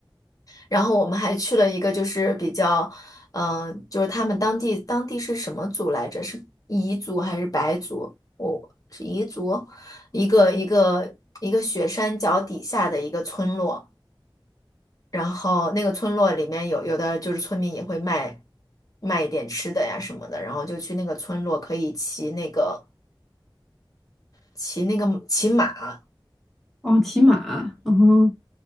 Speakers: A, on the left; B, in the centre.
A: 然后我们还去了一个就是比较，嗯、就是他们当地当地是什么族来着？是彝族还是白族？我、是彝族，一个一个一个雪山脚底下的一个村落，然后那个村落里面有有的就是村民也会卖卖一点吃的呀什么的，然后就去那个村落可以骑那个骑那个骑马，
B: 哦，骑马，嗯